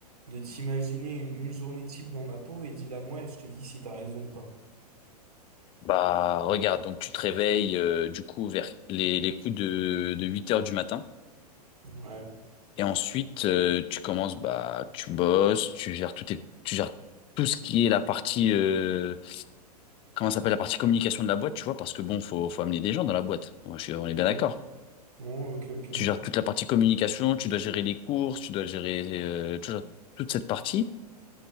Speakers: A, on the right (about 65°); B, on the left (about 25°).
A: de t'imaginer une, une journée type dans ma peau et dis-la moi et je te dis si t'as raison ou pas.
B: Bah regarde, donc tu te réveilles euh, du coup vers les, les coups de, de 8 heures du matin.
A: Ouais,
B: Et ensuite, euh, tu commences, bah, tu bosses, tu gères tout tes- tu gères tout ce qui est la partie, euh, comment ça s'appelle, la partie communication de la boîte, tu vois, parce que bon, faut, faut amener des gens dans la boîte. Ouais, je suis- on est
A: ok.
B: bien d'accord.
A: Non, ok, ok.
B: Tu gères toute la partie communication, tu dois gérer les courses, tu dois gérer, euh, tu gères toute cette partie.